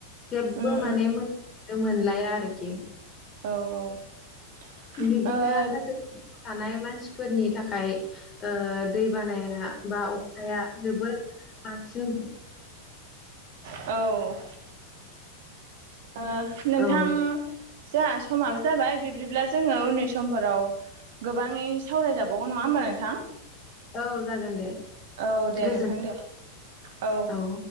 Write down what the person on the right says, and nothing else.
उम
उम
औ औ
ओ
औ ओ नोंथां
जा समाबो जाबाय बिब्दिब्ला जोङो उननि समफोराव गोबाङै सावरायजाबावगोन नङा होमबा नोंथां?
औ दे
नोंथां दे औ।